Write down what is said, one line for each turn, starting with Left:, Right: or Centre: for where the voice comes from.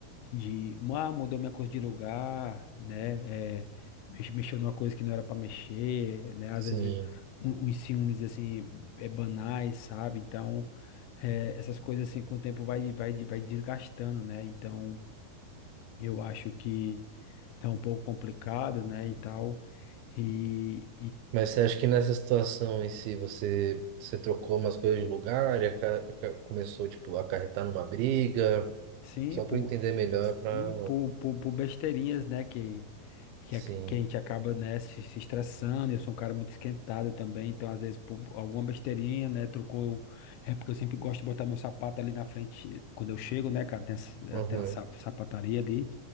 Left: de, ah, mudou minha coisa de lugar, né, é, mex- mexeu numa coisa que não era para mexer, né, às
Right: sim.
Left: vezes um- uns ciúmes, assim, é, banais, sabe, então, é, essas coisas, assim, com o tempo vai, vai, vai desgastando, né, então, eu acho que é um pouco complicado, né, e tal, e,
Right: Mas você acha que nessa situação em si você, você trocou umas coisas de lugar e aca- aca- começou, tipo, a acarretar numa briga?
Left: Sim,
Right: Só
Left: por,
Right: para eu entender melhor,
Left: sim,
Right: para...
Left: por, por, por besteirinhas, né, que, que,
Right: Sim,
Left: a- que a gente acaba, né, se, se estressando, eu sou um cara muito esquentado também, então às vezes por alguma besteirinha, né, trocou, é porque eu sempre gosto de botar meu sapato ali na frente, quando eu chego, né, cara, tem
Right: uhum.
Left: até a sa- sapataria ali,